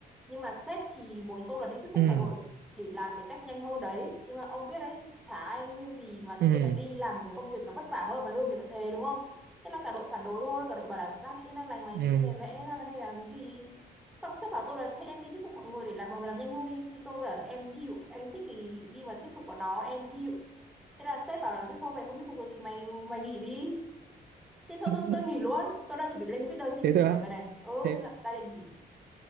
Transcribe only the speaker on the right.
ừ
ừ
ừ
<laughs>
thế thôi
á
thế